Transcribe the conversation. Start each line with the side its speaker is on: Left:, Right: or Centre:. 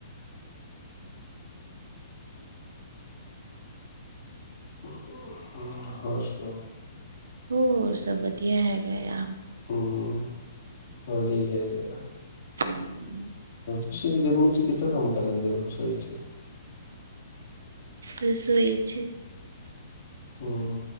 Left: <unintelligible> ਹੋਰ ਸੁਨਾਓ
Right: ਹੋਰ ਸਭ ਵਧੀਆ ਹੈਗਾ ਆ
Left: ਹਮ ਮਦੀ ਚਦਾ <unintelligible>
Right: ਹਮ
Left: ਤੁਸੀਂ ਇਨੀ ਗਰਮੀ ਚ ਕਿੱਦਾਂ ਕੰਮ ਕਰ ਲੈਂਦੇ ਹੋ ਰਸੋਈ ਚ
Right: ਰਸੋਈ ਵਿੱਚ
Left: ਹਮ